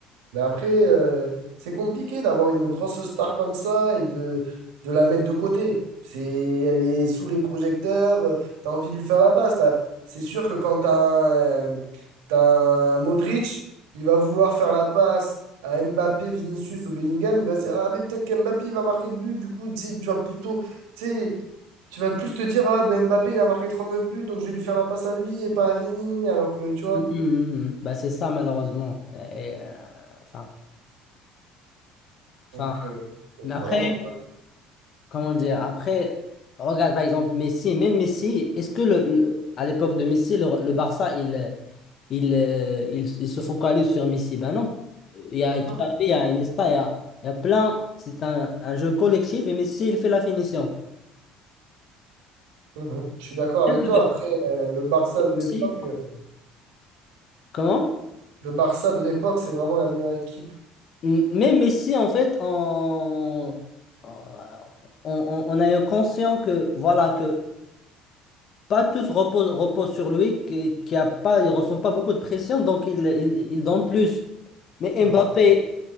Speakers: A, on the right (about 85°); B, on the left (about 50°).
A: Mais après, euh, c'est compliqué d'avoir une grosse star comme ça et de, de la mettre de côté. C'est, elle est sous les projecteurs, euh, t'as envie de lui faire la passe. t'as- C'est sûr que quand t'as un, euh, t'as un Modric, il va vouloir faire la passe à Mbappé, Vinicius ou Bellingham, il va se dire, ah mais peut-être qu'Mbappé il va marquer le but, du coup, tu sais, tu vas plutôt, tu sais, tu vas plus te dire, ah ben Mbappé il a marqué 39 buts, donc je vais lui faire la passe à lui et pas à Vini, alors que tu vois.
B: Mhm, mhm. Bah, c'est ça, malheureusement. Et, euh, enfin, enfin,
A: Donc euh,
B: mais
A: voilà,
B: après. Comment dire? Après, regarde par exemple Messi, même Messi, est-ce que le, le- à l'époque de Messi, le, le Barça, il, il, euh, il, il se focalise sur Messi? Ben non. Il y a
A: on
B: Xavi,
A: verra.
B: il y a Iniesta, il y a, il y a plein. C'est un, un jeu collectif et Messi, il fait la finition.
A: Mhm. Je suis d'accord avec
B: Avec
A: toi. Après, euh, le Barça de l'époque,
B: Messi,
A: euh,
B: comment?
A: le Barça de l'époque, c'est vraiment la meilleure équipe.
B: M- Mais Messi, en fait, on, on, on- on a eu conscient que, voilà, que pas tous reposent, reposent sur lui, que- qu'il y a pas, il ressent pas beaucoup de pression, donc il, il, il donne plus. Mais
A: Mhm.
B: Mbappé,